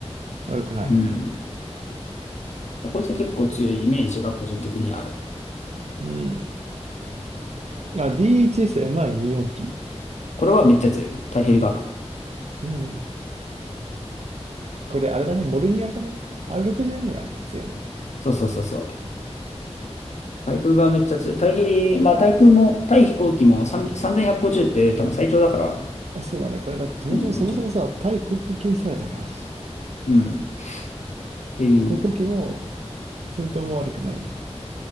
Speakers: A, on the right; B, on the left.
A: 悪くない。
B: うん。だからこいつは結構強いイメージが個人的にある。
A: うん。あ、DHSMI24P。
B: これはめっちゃ強い。タイヘリが。
A: うん。これあれだね、モルニアかね。R60M がね、強いね。
B: そうそうそうそう。対空がめっちゃ強い。タヘリ、まあ対空も、対飛行機も3 3150って多分最長だから、
A: あ、そうだね。これだって、ともともそもそもさ、
B: うん、まあちょっと強い。
A: 対航空機ミサイルだから。
B: うん。っていう、
A: 航空機も、戦闘も悪くないね。